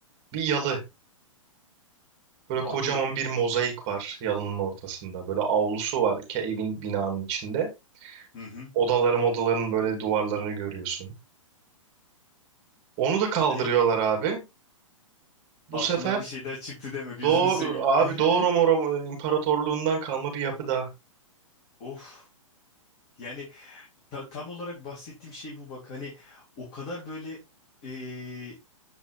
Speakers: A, on the right (about 35°); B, on the left (about 35°).
A: Bir yalı. Böyle
B: abi.
A: kocaman bir mozaik var yalının ortasında. Böyle avlusu var ki evin binanın içinde.
B: Hı hı.
A: Odaların odaların böyle duvarlarını görüyorsun. Onu da kaldırıyorlar
B: Yani
A: abi. Bu
B: altından
A: sefer
B: bir şey daha çıktı deme gözünü
A: doğru
B: seveyim.
A: abi
B: <laughs>
A: Doğu Roma, Roma İmparatorluğundan kalma bir yapı daha.
B: Of. Yani ta- tam olarak bahsettiğim şey bu bak. Hani o kadar böyle eee,